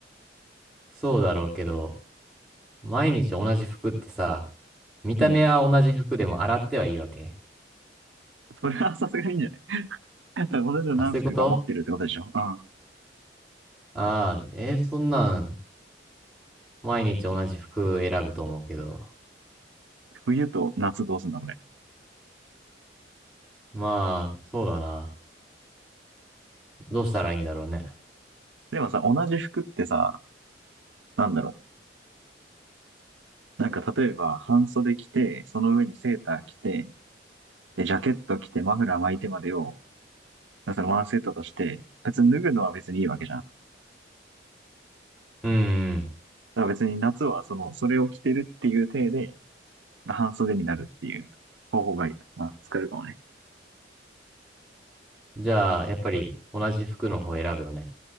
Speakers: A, in the centre; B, on the right.
A: そうだろうけど、毎日同じ服ってさ、見た目は同じ服でも洗ってはいいわけ
B: うん。それはさすがにいいんじゃない <laughs> だって同じの何服か持ってるってことでしょうん。
A: あ、そういうことああー、えーそんなん、毎日同じ服選ぶと思うけど。
B: 冬と夏どうすんだ、これ。
A: まあ、そうだな。どうしたらいいんだろうね。
B: でもさ、同じ服ってさ、なんだろう。なんか例えば、半袖着て、その上にセーター着て、で、ジャケット着て、マフラー巻いてまでを、だからそのワンセットとして、別に脱ぐのは別にいいわけじゃん。だ
A: うん。
B: から別に夏はその、それを着てるっていう体で、半袖になるっていう方法が、まあ、使えるかもね。
A: じゃあ、やっぱり同じ服の方選ぶよね。